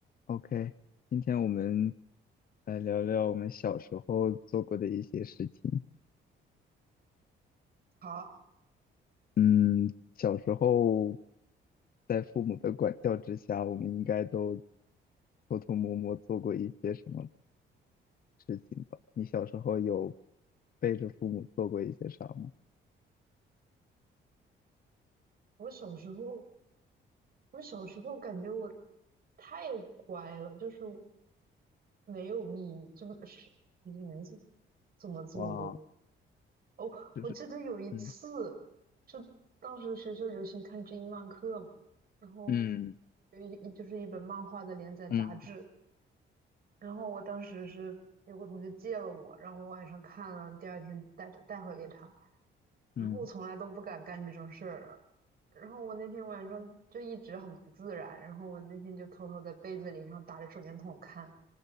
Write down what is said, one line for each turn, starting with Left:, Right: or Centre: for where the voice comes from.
Left: OK，今天我们来聊聊我们小时候做过的一些事情。
Right: 好，
Left: 嗯，小时候在父母的管教之下，我们应该都偷偷摸摸做过一些什么事情吧？你小时候有背着父母做过一些啥吗？
Right: 我小时候，我小时候感觉我太乖了，就是没有秘密，这不是你没怎怎么做过？
Left: 哇，
Right: 哦，
Left: 就是
Right: 我记得有一次，
Left: 嗯，
Right: 就当时学校流行看知音漫客嘛，然后
Left: 嗯
Right: 有一一就是一本漫画的连载杂志，
Left: 嗯
Right: 然后我当时是有个同学借了我，然后我晚上看了，第二天带带回给他。然后我从来都不敢干这种事儿。
Left: 嗯，
Right: 然后我那天晚上就一直很不自然，然后我那天就偷偷在被子里，然后打着手电筒看，